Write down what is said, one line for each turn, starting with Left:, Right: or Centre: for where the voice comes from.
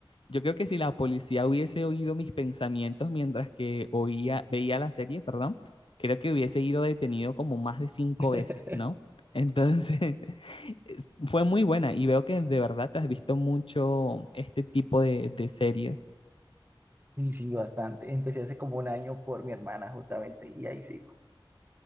Left: yo creo que si la policía hubiese oído mis pensamientos mientras que oía, veía la serie, perdón, creo que hubiese ido detenido como más de cinco
Right: <laughs>
Left: veces, ¿no? Entonces, <laughs> es- fue muy buena y veo que de verdad te has visto mucho este tipo de, de series.
Right: Sí, sí, bastante. Empecé hace como un año por mi hermana, justamente, y ahí sí.